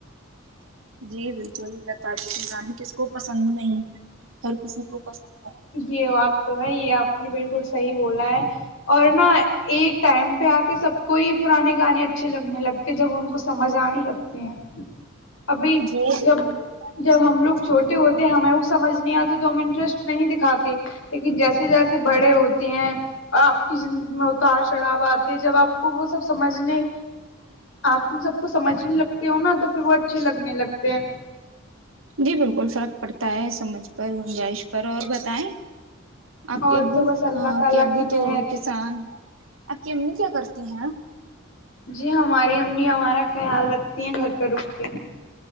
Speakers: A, on the right; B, on the left.
A: جی بالکل تجی کی گانی کس کو پسند نہیں ہے ہر کسی کو پسند
B: یہ بات تو ہے یہ آپ نے بالکل صحیح بولا ہے اور نہا ایک ٹائم پہ آ کے سب کو ہی پرانے گانے اچھے لگنے لگتے جب ان کو سمجھ آنے لگتے ہیں ابھی
A: جی بالکل
B: جب جب
A: سب
B: ہم
A: کچھ
B: لوگ چھوٹے ہوتے ہمیں اس سجھ نہیں آتے تو ہم انٹرسٹ نہیں دکھتے کھاتے لیکن جیسے جیسے بڑے ہوتے ہیں آپ کی زندگی میں اتار چڑھاو آتے ہیں جب آپ کو وہ سب سمجھنے آپ سب کو سمجھنے لگتے ہو نا تو پھر وہ اچھے لگنے لگتے ہیں
A: جی بالکل فرق پڑتا ہے سمجھ پر گنجائش پر اور بتائیں آپ
B: اور
A: کے ابو
B: تو بس اللہ
A: ہاں آپ
B: تعالی
A: کے ابو
B: کی مہر
A: تو کسان ہیں آپ کی امی کیا کرتی ہیں ن
B: جی ہماری امی ہمارا خیال رکھتی ہیں گھر پہ رک کے